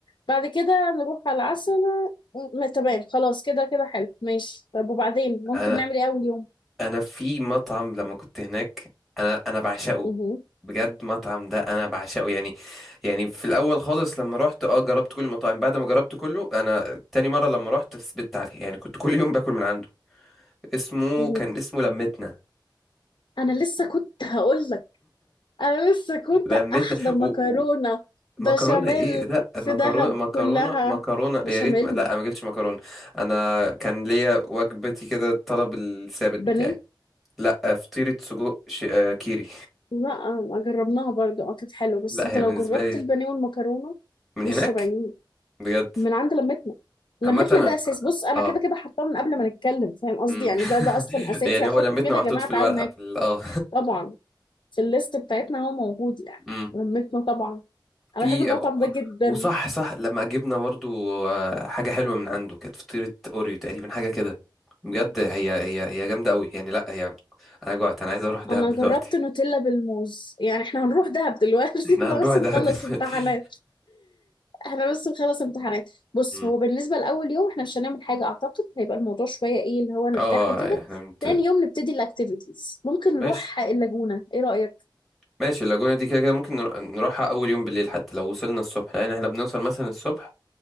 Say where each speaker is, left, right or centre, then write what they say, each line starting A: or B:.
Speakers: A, on the left; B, in the centre.
A: بعد كده نروح على العسلة م- تمام خلاص كده كده حلو ماشي طب وبعدين ممكن
B: انا
A: نعمل ايه أول يوم؟
B: انا في مطعم لما كنت هناك انا انا بعشقه
A: مه.
B: بجد مطعم ده انا بعشقه يعني يعني في الاول خالص لما رحت اه جربت كل المطاعم بعد ما جربت كله انا تاني مره لما رحت ثبت عليه يعني كنت كل يوم باكل من عنده اسمه
A: مه.
B: كان اسمه لمتنا
A: أنا لسه كنت هقول لك انا لسه كنت
B: لمتنا
A: احلى مكرونه
B: و... و...
A: بشاميل
B: مكرونه ايه لا
A: في
B: مكرونه
A: دهب
B: مكرونه
A: كلها
B: مكرونه
A: بشاميل
B: يا ريت ما... لا ما جبتش مكرونه انا كان ليا وجبتي كده الطلب الثابت بتاعي
A: بانيه
B: لا فطيره سجق ش... آه، كيري
A: لا ما جربناها برضو اه كانت حلوه بس
B: لا
A: انت
B: هي
A: لو
B: بالنسبه
A: جربت
B: لي
A: البانيه والمكرونه
B: من
A: مش
B: هناك
A: طبيعيين
B: بجد
A: من عند لمتنا لمتنا
B: عامة أنا-
A: ده اساس بص انا
B: اه
A: كده كده حاطاه من قبل ما نتكلم فاهم قصدي
B: مم.
A: يعني
B: <laughs>
A: ده ده اصلا اساسي
B: يعني
A: هاخد
B: هو لمتنا
A: كده
B: محطوط
A: يا جماعه
B: في
A: تعالوا
B: الورقة
A: ناكل
B: في ال- اه
A: طبعا في الليست بتاعتنا هو موجود يعني
B: مم.
A: لمتنا طبعا انا
B: في
A: بحب المطعم ده جدا
B: وصح صح لما جبنا برضو آه، حاجة حلوة من عنده كانت فطيرة اوريو تقريبا حاجة كده بجد هي هي هي جامدة قوي يعني لا هي انا جوعت انا عايز اروح دهب
A: انا
B: دلوقتي
A: جربت نوتيلا بالموز يعني احنا هنروح دهب دلوقتي
B: <laughs> احنا
A: <laughs> احنا
B: هنروح
A: بس
B: دهب
A: نخلص
B: دلوقتي
A: امتحانات احنا بس نخلص امتحانات بص
B: مم.
A: هو بالنسبة لأول يوم احنا مش هنعمل حاجة اعتقد هيبقى الموضوع شوية ايه اللي هو نرتاح
B: اه آه،
A: وكده
B: آه، احنا بنت...
A: تاني يوم نبتدي الاكتيفيتيز ممكن
B: ماشي
A: نروح اللاجونة ايه رأيك
B: ماشي اللاجونة دي كده كده ممكن نر- نروحها اول يوم بالليل حتى لو وصلنا الصبح لان احنا بنوصل مثلا الصبح